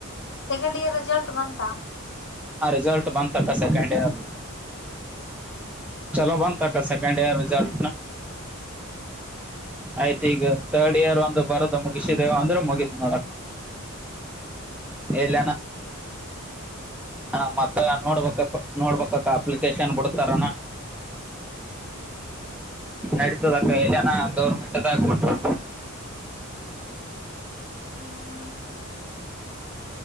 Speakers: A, on the left; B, in the centre.
A: ಸೆಕೆಂಡ್ ಇಯರ್ ರೆಸಲ್ಟ್ ಬಂತಾ
B: ರಿಜಲ್ಟ್ಲ್ ಬಂದತಕ್ಕ ಸೆಕೆಂಡ್ ಇಯರ್ ಚಲೋ ಬಂದತ ಸೆಕೆಂಡ ಯರ್ ರಿಸಲ್ಟ್ ಆಯ್ತು ಈಗ ತರ್ಡ್ ಇಯರ್ ಒಂದು ಬರೋದ ಮುಗಿಸಿದೇವ ಅಂದ್ರೆ ಮುಗತ್ ನೋಡಕ ಎಲ್ಲೆನಾ ಹಾ ಮತ್ತ ನೋಡ್ಬ ನೋಡ್ಬಕ್ಕ ಅಪ್ಲಿಕೇಶನ್ ಬಿಡ್ತಾರನಾ ನಡಿತದಕ್ಕ ಎಲ್ಲನ ಗೌರ್ಮೆಂಟ್ದಾಗ ಬಿಟ್ರ
A: ಹ್ಮ್